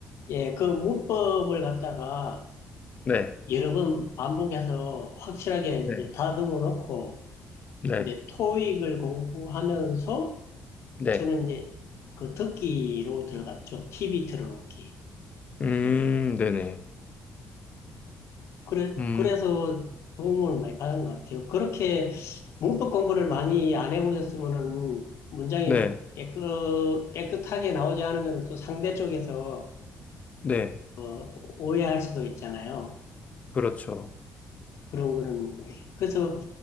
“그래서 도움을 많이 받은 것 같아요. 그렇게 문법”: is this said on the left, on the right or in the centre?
Left